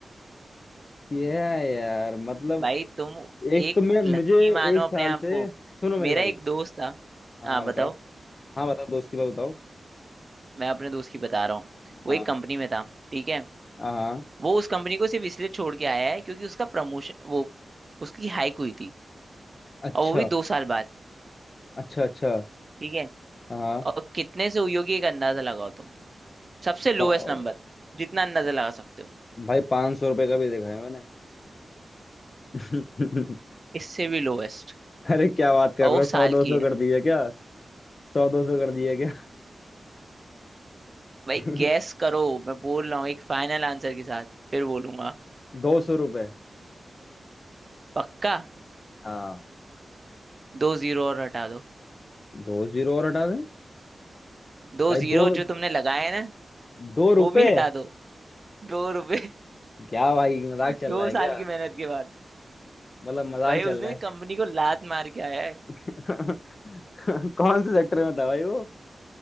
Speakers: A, on the left; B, on the right.
A: क्या यार मतलब
B: भाई तुम
A: एक
B: एक
A: तो मैं
B: लकी
A: मुझे
B: मानो
A: एक साल
B: अपने आप
A: से
B: को
A: सुनो मेरे
B: मेरा
A: भाई
B: एक दोस्त था
A: हाँ
B: हाँ
A: हाँ
B: बताओ
A: बताओ हाँ बताओ दोस्ती बात बताओ
B: मैं अपने दोस्त की बता रहा हूँ वो
A: हाँ
B: एक कंपनी में था ठीक है
A: हाँ हाँ।
B: वो उस कंपनी को सिर्फ इसलिए छोड़ के आया है क्योंकि उसका प्रमोशन वो उसकी हाइक हुई थी
A: अच्छा
B: और वो भी दो साल बाद
A: अच्छा अच्छा
B: ठीक है
A: हाँ
B: और कितने से हुई होगी एक अंदाजा लगाओ तुम सबसे लोएस्ट
A: ओ,
B: नंबर जितना अंदाजा लगा सकते हो
A: भाई पांच सौ रुपये का भी देखा है मैंने <laughs>
B: इससे भी लोएस्ट
A: अरे क्या बात कर
B: और वो
A: रहे हो सौ
B: साल
A: दो
B: की
A: सौ
B: है
A: कर दिए क्या सौ दो सौ कर दिए क्या
B: भाई
A: <laughs>
B: गैस करो मैं बोल रहा हूँ एक फाइनल आंसर के साथ फिर बोलूंगा
A: दो सौ रुपये
B: पक्का
A: हाँ
B: दो जीरो और हटा दो
A: दो जीरो और हटा दें
B: दो
A: भाई
B: जीरो
A: दो
B: जो तुमने लगाए हैं ना
A: दो रुपए
B: वो भी हटा दो दो रुपए
A: क्या भाई मजाक
B: <laughs>
A: चल
B: दो
A: रहा है क्या
B: साल की मेहनत के बाद
A: मतलब मजाक
B: भाई
A: चल
B: उसने
A: रहा है
B: कंपनी को लात मार के आया है
A: <laughs> कौन से सेक्टर में था भाई वो